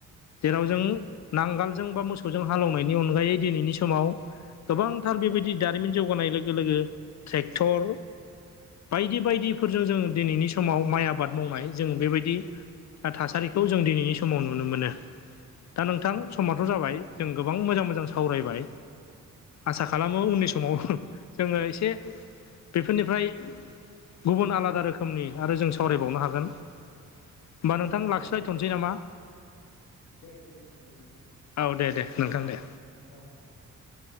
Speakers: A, on the left (about 55°); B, on the left (about 85°).
A: जेराव
B: औ
A: जों नांगोलजों बा मोसौजों हालेवनायनि अनगायै दिनैनि समाव गोबांथार बेबायदि। दारिमिन जौगानाय लोगो लोगो ट्रेक्टर बायदि बायदिफोरजों जों दिनैनि समाव माइ आबाद मावनाय जों बेबायदि। थासारिखौ जों दिनैनि समाव नुनो मोनो। दा नोंथां समथ'
B: औ
A: जाबाय
B: औ
A: जों गोबां मोजां मोजां सावरायबाय आसा
B: औ
A: खालामो उननि स समाव जोङो एसे बेफोरनिफ्राय गुबुन आलादा रोखोमनि आरो जों सावरायबावनो हागोन। होमबा नोंथां
B: नंगौ
A: लाखिबायथ'नोसै नामा?
B: दे गोजोन्थों गोजोन्थों।
A: औ दे दे नोंथां दे।
B: औ दे औ।